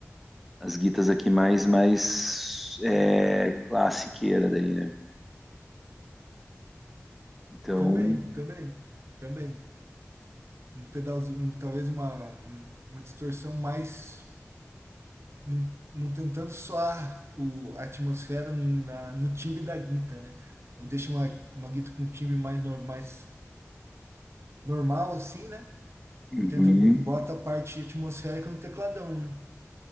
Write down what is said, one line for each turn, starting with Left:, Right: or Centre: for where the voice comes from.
Centre: as guitas aqui mais, mais é, classiqueira daí, né? Então,
Right: também, também, também. Um pedalzinho, um- talvez uma, um- uma distorção mais. não, não tentando soar o, a atmosfera na, no timbre da guita, né? Deixa uma, uma guita com um timbre mais, nor- mais normal, assim, né?
Centre: uhum,
Right: E, tenta, bo- e bota a parte atmosférica no tecladão, né?